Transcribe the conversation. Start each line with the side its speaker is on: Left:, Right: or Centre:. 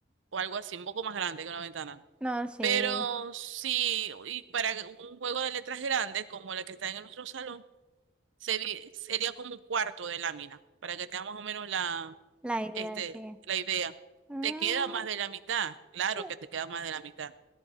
Right: o algo así, un poco más grande que una ventana.
Centre: No, sí.
Right: Pero sí, y para que un juego de letras grandes como la que está en nuestro salón, sería, sería como un cuarto de lámina, para que tenga más o menos la,
Centre: La idea,
Right: este,
Centre: sí.
Right: la idea.
Centre: Mm,
Right: Te queda más de la mitad, claro
Centre: sí.
Right: que te queda más de la mitad,